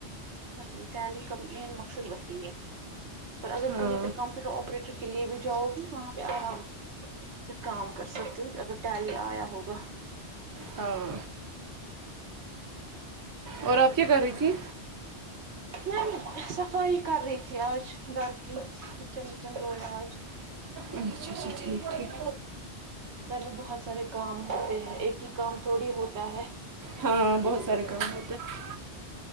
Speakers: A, on the right; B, on the right.
A: وہی ٹیلی کا مین وہی ہے اور اگر
B: ہاں
A: کہیں پھر کمپیوٹر آپریٹر کی کے لیے بھی جاؤ گی وہاں پہ آرام سے کام کر سکتی ہو اگر ٹیلی آیا ہوگا
B: ہاں اور آپ کیا کر رہی تھی
A: میم صفائی کر رہی تھی آج گھر کی کچن وچن دھویا آج
B: اچھا اچھا ٹھیک ٹھیک
A: گھر میں بہت سارے کام ہوتے ہیں ایک ہی کام تھوڑی ہوتا ہے
B: ہاں بہت سارے کام ہوتے ہیں